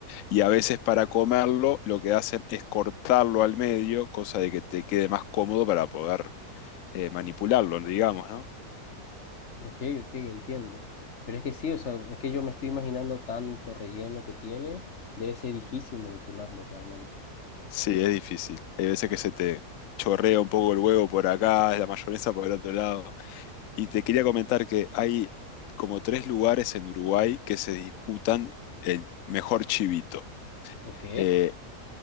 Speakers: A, on the left; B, on the left.
A: Y a veces para comerlo lo que hacen es cortarlo al medio, cosa de que te quede más cómodo para poder eh, manipularlo, digamos, ¿no?
B: ok, ok, entiendo. Pero es que sí, o sea, es que yo me estoy imaginando tanto relleno que tiene, debe ser difícil manipularlo realmente.
A: Sí, es difícil. Hay veces que se te chorrea un poco el huevo por acá, la mayonesa por el otro lado. Y te quería comentar que hay como tres lugares en Uruguay que se disputan el mejor chivito.
B: Ok,
A: Eh,